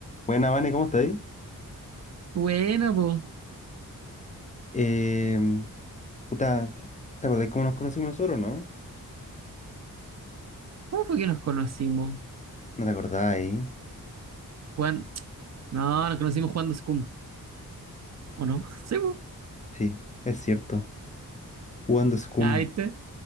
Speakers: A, on the left (about 20°); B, on the right (about 50°).
A: Buena, Vane, ¿cómo estáis?
B: Buena, po.
A: Em, puta, ¿te acordáis cómo nos conocimos nosotros, no?
B: ¿Cómo fue que nos conocimos?
A: ¿No te acordáis?
B: Juan... No, nos conocimos jugando Scum, ¿o no? <laughs> Sí, po.
A: Sí, es cierto. Jugando Scum.
B: Ah, ¿viste?